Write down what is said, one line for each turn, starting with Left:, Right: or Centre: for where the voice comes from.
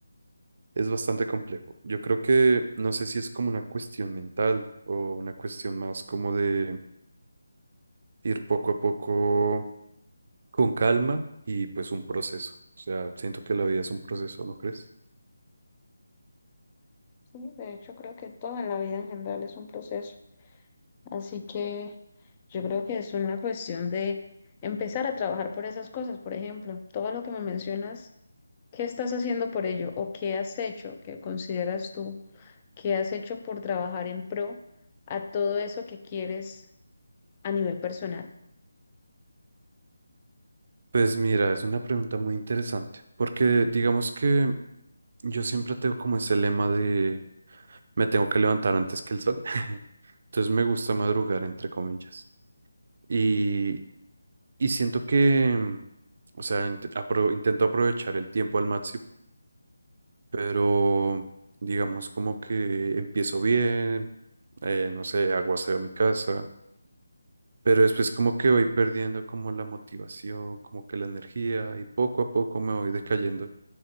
Right: es bastante complejo. Yo creo que no sé si es como una cuestión mental o una cuestión más como de ir poco a poco con calma y pues un proceso. O sea, siento que la vida es un proceso, ¿no crees?
Left: Sí, de hecho creo que todo en la vida en general es un proceso. Así que Yo creo que es una cuestión de empezar a trabajar por esas cosas, por ejemplo, todo lo que me mencionas, ¿qué estás haciendo por ello o qué has hecho, qué consideras tú, qué has hecho por trabajar en pro a todo eso que quieres a nivel personal?
Right: Pues mira, es una pregunta muy interesante, porque digamos que yo siempre tengo como ese lema de me tengo que levantar antes que el sol. <laughs> Entonces me gusta madrugar, entre comillas. Y, y siento que, mm, o sea, int- apro- intento aprovechar el tiempo al máximo, pero digamos como que empiezo bien, eh, no sé, hago aseo a mi casa, pero después como que voy perdiendo como la motivación, como que la energía y poco a poco me voy decayendo